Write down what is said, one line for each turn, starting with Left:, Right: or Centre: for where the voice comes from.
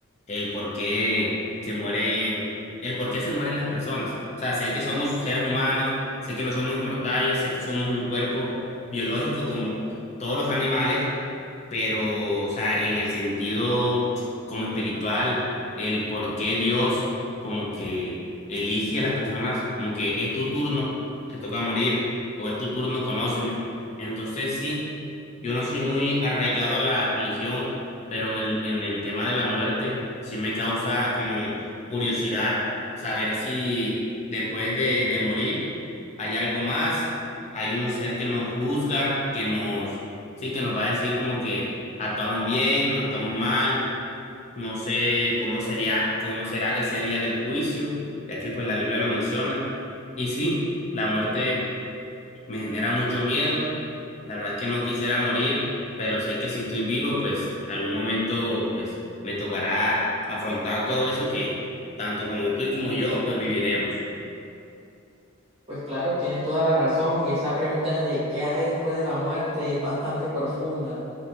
Left: El por qué se mueren, el por qué se mueren las personas. O sea, sé que somos seres humanos, sé que no somos inmortales, sé que somos un cuerpo biológico como todos los animales, pero, o sea, en el sentido como espiritual, el por qué Dios como que elige a las personas, como que es tu turno, te toca morir, o es tu turno, conóceme. Entonces, sí, yo no soy muy arraigado a la religión, pero en el, en el tema de la muerte, sí me causa como curiosidad saber si después de, de morir hay algo más, hay un ser que nos juzga, que nos Sí, que nos va a decir como que actuamos bien, actuamos mal, no sé cómo sería, cómo será ese día del juicio, ya que pues la Biblia lo menciona. Y sí, la muerte me genera mucho miedo, la verdad es que no quisiera morir, pero sé que si estoy vivo, pues algún momento pues me tocará afrontar todo eso que tanto como tú y como yo pues viviremos.
Right: Pues claro, tienes toda la razón y esa pregunta de qué hay después de la muerte es bastante profunda.